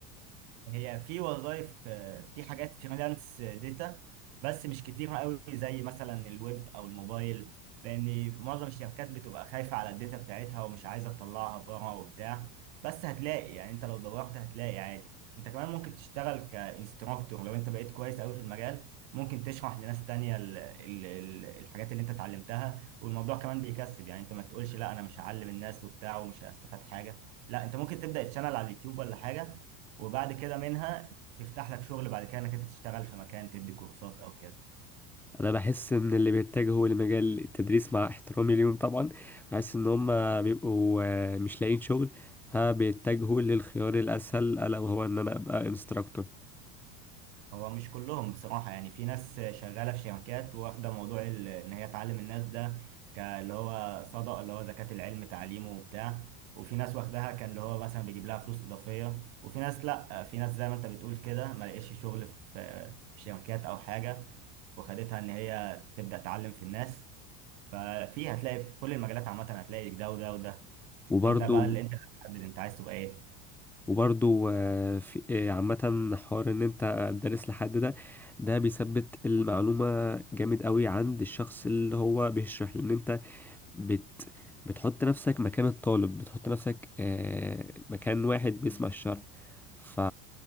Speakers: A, on the right; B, in the centre.
A: هي في وظائف في حاجات فريلانس داتا بس مش كتيرة قوي زي مثلا الويب او الموبايل لان معظم الشركات بتبقى خايفة على الداتا بتاعتها ومش عايزة تطلعها بره وبتاع بس هتلاقي يعني انت لو دورت هتلاقي عادي انت كمان ممكن تشتغل كانستراكتور لو انت بقيت كويس قوي في المجال ممكن تشرح لناس تانية ال ال ال الحاجات اللي انت اتعلمتها والموضوع كمان بيكسب يعني انت ما تقولش لا انا مش هعلم الناس وبتاع ومش هستفاد حاجة لا انت ممكن تبدأ تشانل على اليوتيوب ولا حاجة وبعد كده منها تفتح لك شغل بعد كده انك انت تشتغل في مكان تدي كورسات او كده
B: انا بحس ان اللي بيتجهوا لمجال التدريس مع احترامي ليهم طبعا بحس ان هم بيبقوا آه، مش لاقيين شغل فبيتجهوا للخيار الاسهل الا وهو ان انا ابقى انستراكتور
A: هو مش كلهم بصراحة يعني في ناس شغالة في شركات واخدة موضوع ال- ان هي تعلم الناس ده ك- اللي هو صدقة اللي هو زكاة العلم تعليمه وبتاع وفي ناس واخداها كان اللي هو مثلا بيجيب لها فلوس إضافية وفي ناس لأ في ناس زي ما انت بتقول كده ما لقيتش شغل في في شركات او حاجة وخدتها ان هي تبدأ تعلم في الناس ففي هتلاقي في كل المجالات عامة هتلاقي ده وده وده
B: وبرضو
A: انت بقى اللي انت هتحدد انت عايز تبقى ايه
B: وبرضو آه، في آه، عامة حوار ان انت تدرس لحد ده ده بيثبت المعلومة جامد قوي عند الشخص اللي هو بيشرح لان انت بت بتحط نفسك مكان الطالب بتحط نفسك آه، مكان واحد بيسمع الشرح فا